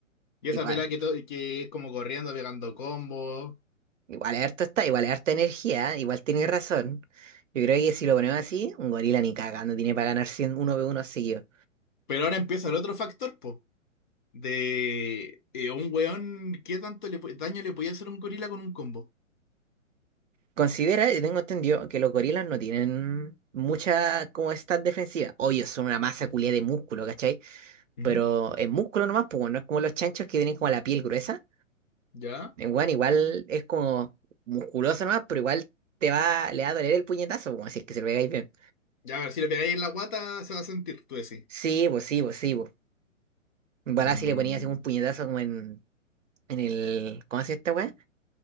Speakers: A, on the left; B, on the right.
A: Y
B: igual,
A: esa pelea que, to- que es como corriendo, pegando combos.
B: igual es harto está, igual es harta energía, igual tiene razón. Yo creo que si lo ponemos así, un gorila ni cagando tiene para ganar 100, uno v uno seguido.
A: Pero ahora empieza el otro factor, po. De eh, un weón, ¿qué tanto le pu- daño le podía hacer un gorila con un combo?
B: Considera, yo tengo entendido que los gorilas no tienen mucha como stat defensiva. Obvio, son una masa culia de músculo, ¿cachai?
A: Ujú.
B: Pero en músculo nomás, pues bueno, no es como los chanchos que tienen como la piel gruesa.
A: ¿Ya?
B: en weón igual es como musculoso nomás, pero igual te va, le va a doler el puñetazo, como así es que se lo pegáis bien.
A: Ya, a ver, si le pegáis en la guata, se va a sentir, tú decís.
B: Sí, pues sí, pues sí, pues. igual
A: Mm,
B: si le ponías así un puñetazo como en, en el, ¿cómo se hace esta weá?